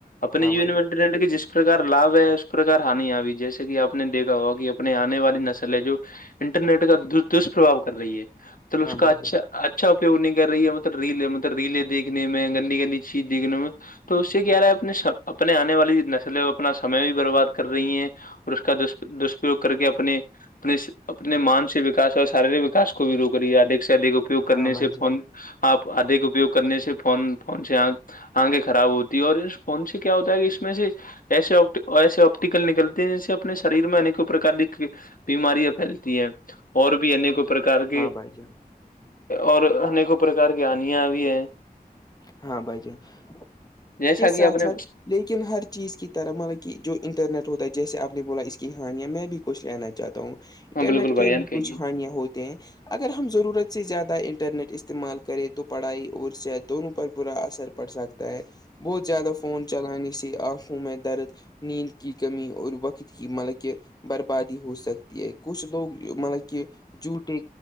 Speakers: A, on the left; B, on the left.
A: اپنے
B: ہاں
A: جیون
B: بھائی
A: میں
B: جان
A: منٹ رہڈ کہ جس پرکار لابھ ہے <inaudible> پرکار ہانی آئی جیسے کہ آپ نے دیکا ہوا کہ اپنے آنے والی نسل ہے جو انٹرنیٹ کا دشپربھو کر رہی ہے تو اس
B: ہاں
A: کا
B: بھائی
A: اچھا
B: جان
A: <inaudible> اچھا اپیو نہیں کر رہی ہے مطلب ریل مطلب ریلے دھنے میں گندی گندی چیز دیکنے میں تو اس سے کیا رہا ہے اپنے اپنے آنے والی نسل اپنا سمے بھی برباد کر رہی ہیں اور اس کا دپرریوگ کر کے اپنے اپنے اپنے مانسک وکاس اور شارییرک وکا کوورو کریے ادک سے ادک اپیوگ کرنے
B: ہاں بھائی
A: سے
B: جان
A: فون آپ ادھیک اپیوگ کرنے سے فون فون سے آ آنگیں خراب ہوتی ہے اور اس ان سے کیا ہوتا ہے کہ اس میں سے ایے ایسے ٹیکل نکلتی ہیں جس سے اپنے شریر میںیک پرک کی بیماریاں پھیلتی ہیں اور بھی ان کو پرکار کے
B: ہاں بھائی جان
A: اور انیکوں پرکار کی آنیاں بھی ہیں <inaudible>
B: ہاں بائی جے
A: جیسا
B: س
A: کہ آپ نے
B: س <inaudible> لیکن ہر چیز کی طرح مطلب کہ جو انٹرنیٹ ہوتا ہے جیسے آپ نے بولا اس کی ہانیاں میں بھی کچھ لنا چاہتا ہوں اٹر
A: ہاں بالکل
B: نٹ
A: بھائی
B: کی
A: جان
B: بھی
A: کہیے
B: کچھ ہانیاں ہوتی ہیں اگر ہم ضرورت سے زیادہ انٹرنیٹ استعمال کریں تو پڑھائی اور س دونوں پر برا اثر پڑ سکتا ہے بہت زیادہ فون چلانے سی آنکھوں میں درد نیند کی کمی اور وقت کی مطلب کہ بربادی ہو سکتی ہے کچھ لوگ مطلب کہ جوٹ